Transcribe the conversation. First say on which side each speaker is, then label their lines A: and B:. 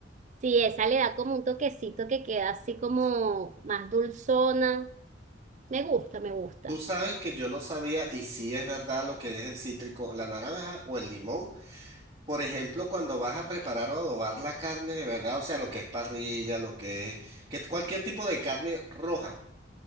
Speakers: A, on the right; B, on the right.
A: si esa le da como un toquecito que queda así como más dulzona. Me gusta, me gusta.
B: Tú sabes que yo no sabía y si es verdad lo que es el cítrico, la naranja o el limón. Por ejemplo, cuando vas a preparar o adobar la carne de verdad, o sea, lo que es parrilla, lo que es, que cualquier tipo de carne roja.